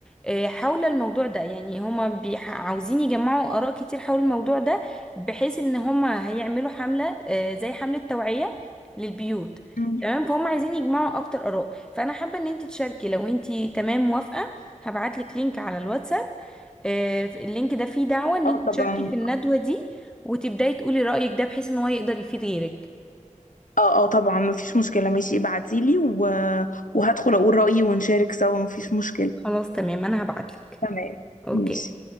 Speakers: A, in the centre; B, on the left.
A: آه، حول الموضوع ده يعني هم عاوزين يجمعوا اراء كتير حول الموضوع ده بحيث ان هم هيعملوا حملة آه، زي حملة توعية للبيوت
B: مم.
A: تمام فهم عايزين يجمعوا اكتر اراء فانا حابة ان انت تشاركي لو انت تمام موافقة هبعتلك لينك على الواتساب آه، اللينك ده فيه دعوة ان
B: اه
A: انت تشاركي
B: طبعا
A: في الندوة دي وتبداي تقولي رأيك ده بحيث ان هو يقدر يفيد غيرك
B: اه اه طبعا مفيش مشكلة ماشي ابعتيلي و... وهدخل اقول رأيي ونشارك سوا مفيش مشكلة
A: خلاص تمام انا هبعتلك
B: تمام
A: اوكي
B: ماشي